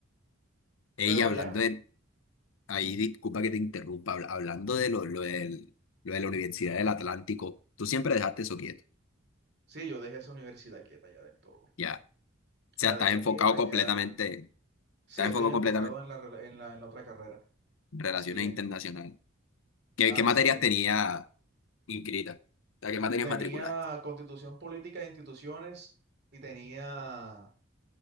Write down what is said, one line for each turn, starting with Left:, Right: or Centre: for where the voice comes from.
Left: Ella
Right: Pero
Left: hablando
Right: ya,
Left: de, ahí disculpa que te interrumpa, habla- hablando de lo, lo del- lo de la Universidad del Atlántico, tú siempre dejaste eso quieto,
Right: sí, yo dejé esa universidad quieta ya del todo.
Left: ya. O
Right: La
Left: sea, estás
Right: dejé
Left: enfocado
Right: quieta
Left: completamente,
Right: ya. Sí,
Left: estás
Right: estoy
Left: enfocado
Right: enfocado
Left: completamente
Right: en la, rela- en la, en la otra carrera.
Left: en relaciones
Right: Así es,
Left: internacionales. ¿Qué,
Right: así
Left: qué materias
Right: es.
Left: tenía inscritas? O sea, ¿qué materias
Right: Tenía
Left: matriculaste?
Right: Constitución Política de Instituciones y tenía,